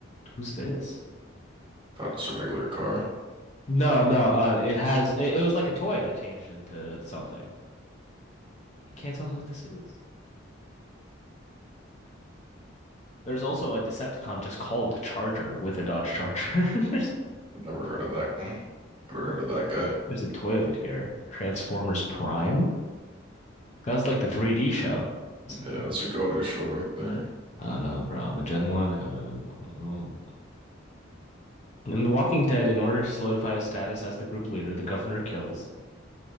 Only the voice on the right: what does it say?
Not just a regular car.
Never heard of that one. Never heard of that guy.
Yeah, that's a go-to show right there.